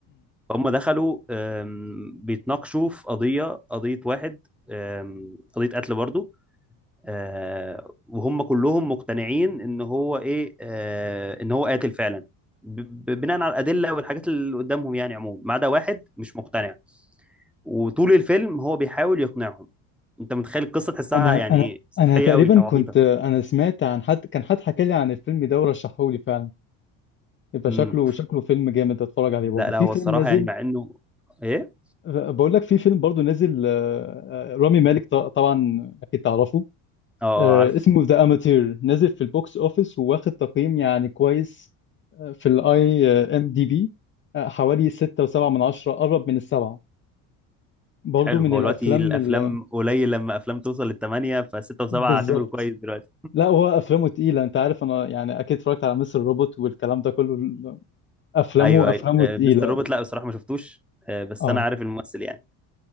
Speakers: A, in the centre; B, on the left.
A: فهم دخلوا آم، بيتناقشوا في قضية قضية واحد آم، قضية قتل برضو آه، وهم كلهم مقتنعين ان هو ايه آه، ان هو قاتل فعلا ب- ب- بناء على الأدلة والحاجات اللي قدامهم يعني عموما ما عدا واحد مش مقتنع وطول الفيلم هو بيحاول يقنعهم انت متخيل القصة تحسها
B: انا
A: يعني
B: انا
A: ايه سطحية
B: انا تقريبا
A: قوي او
B: كنت
A: عبيطة
B: انا سمعت عن حد كان حد حكى لي عن الفيلم ده ورشحه لي فعلا يبقى
A: مم.
B: شكله
A: ف-
B: شكله فيلم جامد اتفرج عليه
A: لا
B: برضه في
A: لا هو
B: فيلم
A: الصراحة
B: نازل
A: يعني مع انه ايه
B: بقول لك في فيلم برضه نازل آه، آه، رامي مالك ط- طبعا اكيد تعرفه
A: اه آه،
B: آه،
A: عارف
B: اسمه ذا اماتير نازل في البوكس اوفيس وواخد تقييم يعني كويس آه، في الاي ام دي بي حوالي 6 و7 من 10 قرب من السبعة برضه
A: حلو
B: من
A: هو
B: الافلام
A: دلوقتي الافلام
B: ال-
A: قليل لما افلام توصل للثمانيه فسته وسبعه
B: بالظبط
A: اعتبره كويس دلوقتي
B: لا هو افلامه تقيله انت عارف انا يعني اكيد اتفرجت على مستر روبوت والكلام ده كله افلامه
A: ايوه ايوه
B: افلامه
A: آه،
B: تقيله
A: مستر روبوت لا بصراحه ما شفتوش آه، بس
B: اه
A: انا عارف الممثل يعني